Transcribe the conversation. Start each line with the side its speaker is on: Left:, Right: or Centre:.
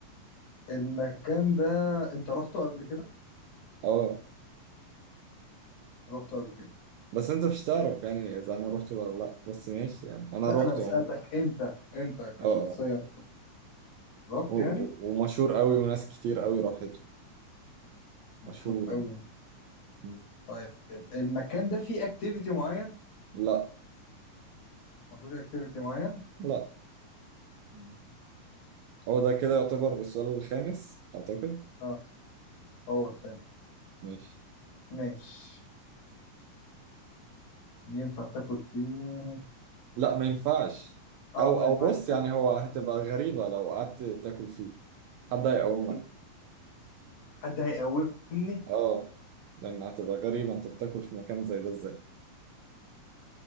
Left: المكان ده انت رحته قبل كده
Right: اه
Left: رحته قبل كده
Right: بس انت مش تعرف يعني اذا انا روحت ولا لا بس ماشي يعني انا
Left: لا
Right: روحت
Left: انا بسألك
Right: عموما
Left: انت انت كشخصيا
Right: اه اه
Left: رحت
Right: و-
Left: يعني
Right: و- ومشهور قوي وناس كتير قوي راحت
Left: مشهور
Right: ومشهور
Left: قوي
Right: يعني مم.
Left: طيب المكان ده فيه اكتيفيتي معين
Right: لا
Left: ما فيهوش اكتيفيتي معين
Right: لا
Left: مم.
Right: هو ده كده يعتبر السؤال الخامس أعتقد
Left: اه هو الخامس
Right: ماشي
Left: ماشي ينفع تاكل فيه
Right: لا ما ينفعش
Left: اه
Right: أو
Left: ما
Right: أو
Left: ينفعش
Right: بص يعني هو هتبقى غريبة لو قعدت تاكل فيه حد هيقومك
Left: تاكل حد هيقومني
Right: اه لأن هتبقى غريبة أنت بتاكل في مكان زي ده إزاي